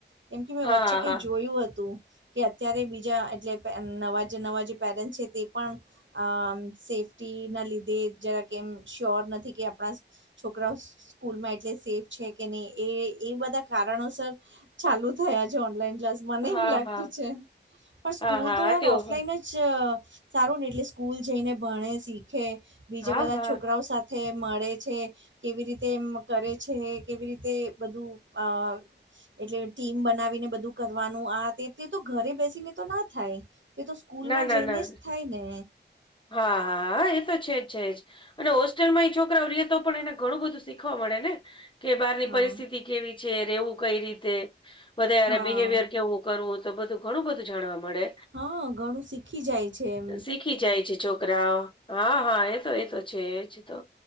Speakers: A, on the right; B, on the left.
A: કેમ કે મેં
B: હા
A: વચ્ચે કંઈ
B: હા હા
A: જોયું હતું. કે અત્યારે બીજા એટલે પ નવા જે નવા જે પેરેન્ટ છે તે પણ અહ સેફ્ટીના લીધે જરાક એમ શ્યોર નથી કે આપણા છોકરાઓ સ્કૂલમાં એટલે સેફ છે કે નહીં, એ એ બધા કારણોસર ચાલુ થયા છે ઓનલાઈન ક્લાસ. મને
B: હા
A: એવું લાગતું
B: હા હા
A: છે. પણ સ્કૂલ
B: હા
A: તો
B: હા
A: યાર
B: તેવું
A: ઓફલાઈન
B: હોય
A: જ ચ સારું ને, એટલે સ્કૂલ જઈને ભણે, શીખે, બીજા
B: હા
A: બધા
B: હા
A: છોકરાઓ સાથ થે મળે છે. કેવી રીતે એમ કરે છે, કેવી રીતે બધું અહ એટલે ટીમ બનાવીને બધું કરવાનું, આ તે. તે તો ઘરે બેસીને તો ન થાય. તે તો સ્કૂલમાં
B: ના ના
A: જઈને
B: ના
A: જ થાય ને.
B: હા, હા એ તો છે જ, છે જ. અને હોસ્ટેલઈ માં એ છોકરાઓ રહ્યે તો પણ એને ઘણું બધું શીખવા મળે ને, કે બહારની
A: હા
B: પરિસ્થિતિ કેવી છે, રહેવું કંઈ રીતે, બધાઈ
A: હા
B: હારે બિહેવિયર કેવો કરવું, તો બધું ઘણું બધું જાણવા મળે.
A: હા ઘણું શીખ ખી જાય છે.
B: શીખી જાય છે છોકરાવ, હા, હા એતો એતો છે. એજ તો.